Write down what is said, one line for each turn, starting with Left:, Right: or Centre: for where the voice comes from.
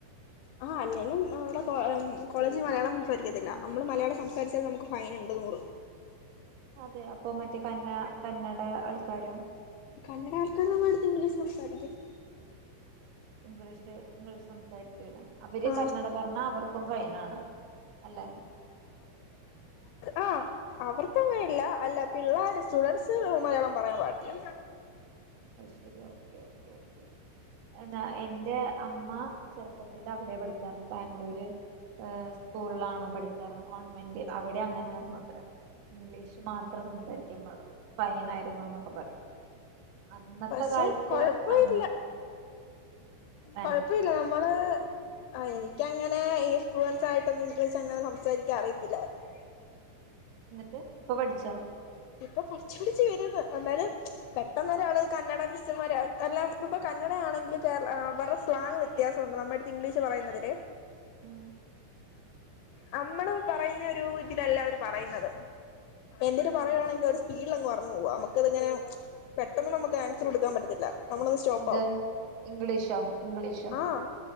Left: ആ അല്ലേലും അവിടെ കോ മ് കോളേജിൽ മലയാളം സംസാരിക്കത്തില്ല, നമ്മള് മലയാളം സംസാരിച്ചാൽ നമുക്ക് ഫൈൻ ഉണ്ട് നൂറ്.
Right: അതെ അപ്പൊ മറ്റേ കന്ന കന്നട ഏഹ് ആൾക്കാരോ
Left: കന്നഡ ആൾക്കാരെ അടുത്ത് ഇംഗ്ലീഷ് സംസാരിക്കും.
Right: ഇംഗ്ലീഷില് ഇംഗ്ലീഷ് സംസാരിക്കൂല, അവര്
Left: ആ
Right: കന്നഡ പറഞ്ഞാ അവർക്കും ഫൈനാണ് അല്ലെ.
Left: ആഹ് അവർക്കങ്ങനെ ഇല്ല, അല്ല പിള്ളാര് സ്റ്റുഡന്റ്സ് മലയാളം പറയാൻ പാടില്ല.
Right: ശരി ഓക്കേ ഓക്കേ ഓക്കേ പിന്നാ എന്റെ അമ്മ ചെറുപ്പത്തിൽ അവിടെ പഠിച്ചാർന്നെ ബാംഗ്ലൂര്. ഏം സ്കൂളിലാണ് പഠിച്ചാർന്നത്. <unintelligible> അവിടെ അങ്ങനൊയിരുന്നു അത്രേ ഇംഗ്ലീഷ് മാത്രേ സംസാരിക്കാൻ പാടുള്ളൂ, ഫൈൻ ആയിരുന്നുന്നൊക്കെ പറയും. അന്നത്തെ
Left: പക്ഷെ
Right: കാലത്ത്
Left: കൊഴപ്പയില്ല
Right: അ ഏ
Left: കൊഴപ്പയില്ല നമ്മള് ആ ആ എനിക്കങ്ങനെ
Right: ഉം
Left: ഈ ഫ്ലുവൻസ് ആയിട്ടൊന്നും ഇംഗ്ലീഷ് അങ്ങനെ സംസാരിക്കാൻ അറിയില്ലായിരുന്നു
Right: എന്നിട്ട് ഇപ്പൊ പഠിച്ചോ
Left: ഇപ്പൊ പഠിച്ച് പഠിച്ച് വരുന്ന് എന്നാലും പെട്ടെന്ന് ഒരാള് കന്നഡ മിസ്സമാര് എല്ലാം ഇപ്പൊ കന്നഡ ആണെങ്കിൽ കേ അവരുടെ സ്ലാങ് വ്യത്യാസംണ്ട് നമ്മുടെ അടുത്ത് ഇംഗ്ലീഷ് പറയുന്നതില്
Right: ആ
Left: നമ്മള് പറയുന്ന ഒരു ഇതിലല്ല അവര് പറയുന്നത് എ പറയയാണെങ്കിൽ ഒരു സ്പീഡിൽ അങ് പറഞ്ഞു പോകുവാ നമുക്കതിങ്ങനെ പെട്ടെന്ന് നമുക്ക് ആൻസർ കൊടുക്കാൻ പറ്റത്തില്ല നമ്മളൊന്ന് സ്റ്റോപ്പ്
Right: എന്ത്
Left: ആവും
Right: ഇംഗ്ലീഷോ ഇംഗ്ലീഷോ
Left: ആഹ്